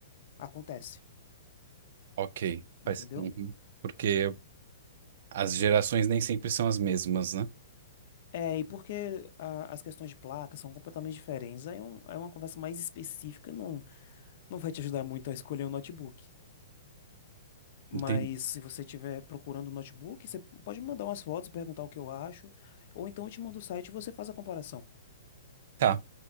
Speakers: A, on the left (about 55°); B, on the right (about 60°).
A: Acontece,
B: Ok.
A: entendeu?
B: Faz... uhum. Porque as gerações nem sempre são as mesmas, né?
A: É, e porque a- as questões de placa são completamente diferentes. Aí é, um- é uma conversa mais específica, não. Não vai te ajudar muito a escolher um notebook. Mas
B: Entendi.
A: se você estiver procurando um notebook, você pode me mandar umas fotos, perguntar o que eu acho. Ou então eu te mando o site e você faz a comparação.
B: Tá,